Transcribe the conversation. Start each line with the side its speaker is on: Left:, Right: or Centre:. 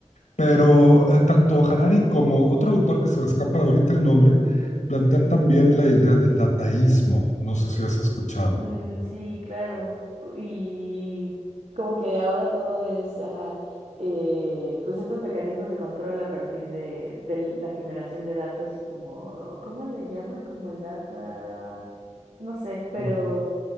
Left: Pero eh, tanto Harari como otro autor que se me escapa ahorita el nombre, plantean también la idea de dataísmo. No sé si has escuchado.
Right: Mm, sí, claro. Cu- Y como que ahora todo es, ajá, eh, pues estos mecanismos de control a partir de, de la generación de datos y como, ¿cómo le llaman? Como el data, no sé, pero,
Left: Mm.